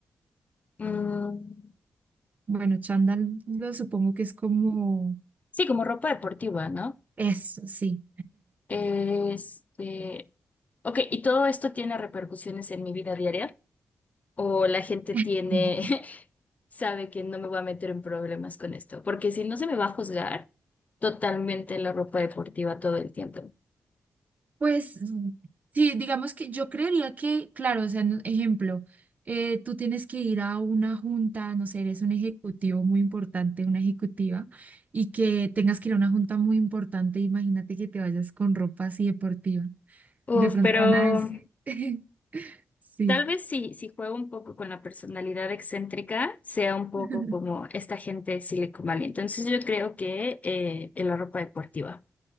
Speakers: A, on the left; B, on the right.
A: Mm,
B: Bueno, chándal lo supongo que es como
A: sí, como ropa deportiva, ¿no?
B: eso, sí.
A: Este, ok, ¿y todo esto tiene repercusiones en mi vida diaria? o la gente tiene,
B: <laughs>
A: <laughs> sabe que no me voy a meter en problemas con esto, porque si no se me va a juzgar totalmente la ropa deportiva todo el tiempo.
B: Pues sí, digamos que yo creería que, claro, o sea, no- ejemplo, eh, tú tienes que ir a una junta, no sé, eres un ejecutivo muy importante, una ejecutiva, y que tengas que ir a una junta muy importante, imagínate que te vayas con ropa así deportiva.
A: Uf,
B: De pronto
A: pero
B: van a decir, <laughs> sí.
A: Tal vez si, si juego un poco con la personalidad excéntrica, sea un poco
B: <laughs>
A: como esta gente de Silicon Valley. Entonces yo creo que eh, en la ropa deportiva.